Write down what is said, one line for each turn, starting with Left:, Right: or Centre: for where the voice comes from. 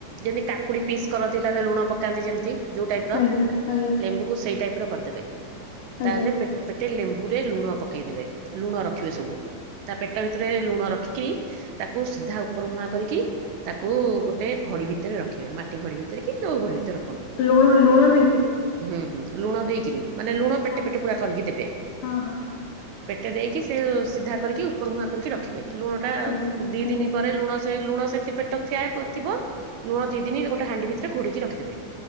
Right: ଯେମିତି କାକୁଡି ପିସ୍ କରନ୍ତି ତାଦେହରେ ଲୁଣ ପକାନ୍ତି ଯେମିତି ଯୋଉ ଟାଇପ ର।
Left: ଆଜ୍ଞା ଆଜ୍ଞା।
Right: ଲେମ୍ବୁକୁ ସେଇ ଟାଇପ୍ ର କରିଦେବେ।
Left: ଆଜ୍ଞା
Right: ତା ଦେହରେ ପେଟେ ପେଟେ ଲେମ୍ବୁରେ ଲୁଣ ପକେଇଦବେ ଲୁଣ ରଖିବେ ସବୁ। ତା ପେଟ ଭିତରେ ଲୁଣ ରଖିକି ତାକୁ ସିଧା ଉପର ମୁହାଁ କରିକି ତାକୁ ଗୋଟେ ଘଡି ଭିତରେ ରଖିବେ। ମାଟି ଘଡି ଭିତରେ କି ଯଉ ଘଡ଼ି ଭିତରେ ର
Left: ଲୁଣ ଲୁଣ ଦେଇକି?
Right: ହୁଁ ହୁଁ ଲୁଣ ଦେଇକିରି। ମାନେ ଲୁଣ ପେଟେ
Left: ହଁ
Right: ପେଟ ପୁରା କରିକି ଦେବେ।
Left: ହଁ ହଁ
Right: ପେଟେ ଦେଇକି ସେ ସିଧା କରିକି ଉପର ମୁୁହାଁ କରିକି ରଖିବେ। ଲୁଣ ଟା
Left: ଆଜ୍ଞା
Right: ଦି
Left: ଆଜ୍ଞା
Right: ଦିନ ପରେ ଲୁଣ ଲୁଣ ସେମିତି ପେଟ ଥିଆ ଥିବ। ଲୁଣ ଦି ଦିନି ଗୋଟେ ହାଣ୍ଡି ଭିତରେ ଘୋଡେଇକି ରଖିଦେବେ।